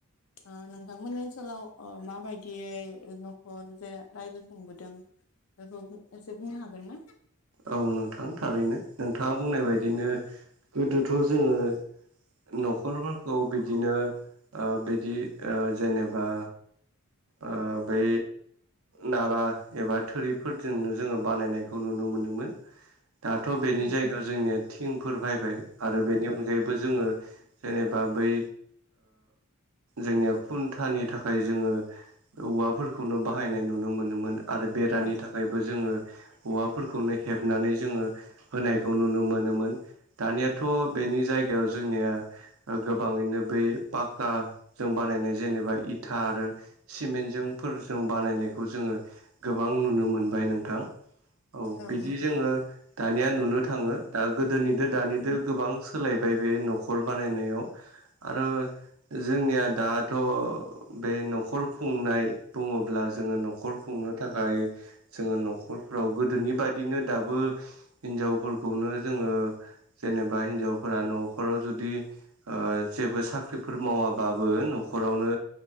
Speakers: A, on the left; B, on the right.
A: ओ नोंथांमोननि ओनसोलाव माबायदियै न'खर जे रायजो खुंबोदों। बेखौ एसे बुंनो हागोन ना।
B: औ नोंथां थारैनो नोंथाङा बुंनाय बायदिनो गोदोथ' जोंङो न'खरफोरखौ बिदिनो बिदि जेनेबा ओ बै नारा एबा थोरि फोरजोंनो जोंङो बानायनायखौ नुनो मोनोमोन दाथ' बेनि
A: औ
B: जायगायाव जोंनिया थिंफोर बायबाय आरो बेनि अनगायैबो जोंङो जेनेबा बै जोंनिया खुन्थानि थाखाय जोंङो औवाफोरखौनो बाहायनाय नुनो मोनोमोन आरो बेरनि
A: औ
B: थाखायबो जोंङो औवाफोरखौनो हेबनानै जोंङो होनायखौ नुनो मोनोमोन दानियाथ'
A: औ
B: बेनि जायगायाव जोंनिया ओ गोबाङैनो बै पाक्काजों बानायनाय जेनेबा इथा आरो सिमेन्टजोंफोरजों बानायनायखौ जोंङो गोबां नुनो मोनबाय नोंथां औ
A: औ
B: बिदि
A: नंगौ
B: जोंङो दानिया नुनो थाङो दा गोदोनिजों दानिजों गोबां सोलायबाय बे न'खर बानायनायाव आरो जोंनिया दाथ' बे न'खर खुंनाय बुङोब्ला जोंङो न'खर खुंनो थाखाय जोंङो न'खरफ्राव गोदोनि बायिनो दाबो हिनजावफोरखौनो जोंङो जेनेबा हिनजावफोरा न'खराव जुदि ओ जेबो साख्रिफोर मावाबाबो न'खरावनो